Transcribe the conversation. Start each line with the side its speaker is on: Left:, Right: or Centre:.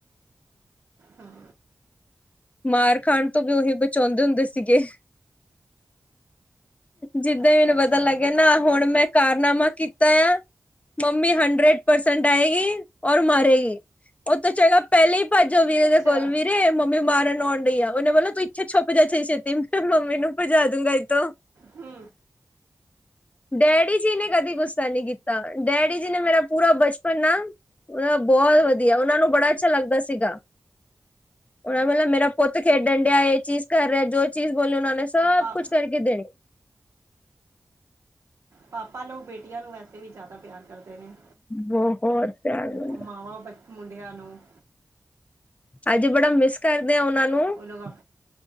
Right: ਹਾਂ।
Left: ਮਾਰ ਖਾਣ ਤੋਂ ਵੀ ਉਹੀ ਬਚਾਉਂਦੇ ਹੁੰਦੇ ਸੀਗੇ। ਜਿੱਦਾਂ
Right: ਅੱਛਾ
Left: ਹੀ ਮੈਨੂੰ
Right: ਅੱਛਾ
Left: ਪਤਾ ਲੱਗਿਆ ਨਾ ਹੁਣ ਮੈਂ ਕਾਰਨਾਮਾ ਕੀਤਾ ਏ, ਮੰਮੀ ਹੰਡਰਡ ਪਰਸੈਂਟ ਆਏਗੀ ਔਰ ਮਾਰੇਗੀ, ਉਹ ਤਾਂ ਚੰਗਾ ਪਹਿਲੇ ਹੀ ਭੱਜ ਜੋ ਵੀਰੇ
Right: ਅੱਛਾ
Left: ਦੇ ਕੋਲ ਵੀਰੇ ਮੰਮੀ ਮਾਰਨ ਆਉਣ ਡਈ ਆ, ਉਹਨੇ ਬੋਲਣਾ ਤੂੰ ਇੱਥੇ ਛੁਪ ਜਾ ਛੇਤੀ ਛੇਤੀ ਤੇ ਮੰਮੀ ਨੂੰ ਭਜਾ ਦੂੰਗਾ ਏਥੋਂ।
Right: ਹੂ
Left: ਡੈਡੀ ਜੀ ਨੇ ਕਦੇ ਗੁੱਸਾ ਨਹੀਂ ਕੀਤਾ, ਡੈਡੀ ਜੀ ਨੇ ਮੇਰਾ ਪੂਰਾ ਬਚਪ ਪਰ ਨਾ ਬਹੁਤ ਵਧੀਆ ਉਹਨਾਂ ਨੂੰ ਬੜਾ ਅੱਛਾ ਲੱਗਦਾ ਸੀਗਾ ਉਹਦਾ ਮਤਲਬ ਮੇਰਾ ਪੁੱਤ ਖੇਡਣ ਡਿਆ ਇਹ ਚੀਜ਼ ਕਰ ਰਿਹਾ ਜੋ ਚੀਜ਼ ਬੋਲੀ ਉਹਨਾ ਨੇ ਸਭ
Right: ਪਾ
Left: ਕੁਛ ਕਰਕੇ ਦੇਣੀ
Right: ਪਾਪਾ ਲੋਗ ਬੇਟੀਆਂ ਨੂੰ ਵੈਸੇ ਵੀ ਜ਼ਿਆਦਾ ਪਿਆਰ ਕਰਦੇ ਨੇ
Left: ਬਹੁਤ ਪਿਆਰ ਮਿਲਦਾ।
Right: ਉਹ ਮਾਵਾਂ ਬ ਮੁੰਡਿਆਂ ਨੂੰ
Left: ਅੱਜ ਬੜਾ ਮਿਸ ਕਰਦਿਆਂ ਉਹਨਾਂ ਨੂੰ
Right: ਉਹ ਲੋਕ <inaudible>